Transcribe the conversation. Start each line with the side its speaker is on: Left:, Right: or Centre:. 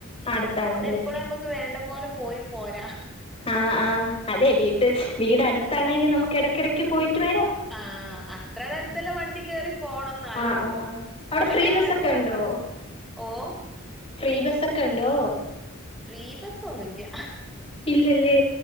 Left: അടുത്താണല്ലേ
Centre: അതുകൊണ്ട് എപ്പളും നമ്മുക്ക് വേണ്ട പോലെ പോയി പോരാ
Left: ആഹ് ആഹ് അതെ വീട്ട് വീട് അടുത്താണെങ്കിൽ നമുക്ക് ഇടക്കിടക്ക് പോയിട്ട് വരാ
Centre: ആഹ് അത്രടെ അടുത്തല്ലാ വണ്ടി കേറി പോണം എന്നാലും
Left: ആഹ് ആഹ് ആഹ് അവിടെ
Centre: ഇവടേ
Left: ഫ്രീ ബസ്സൊക്കെ ഉണ്ടോ
Centre: ഓഹ്
Left: ഫ്രീ ബസ്സൊക്കെണ്ടോ
Centre: ഫ്രീ ബസൊന്നുല്ല്യ
Left: ഇല്ല്യലേ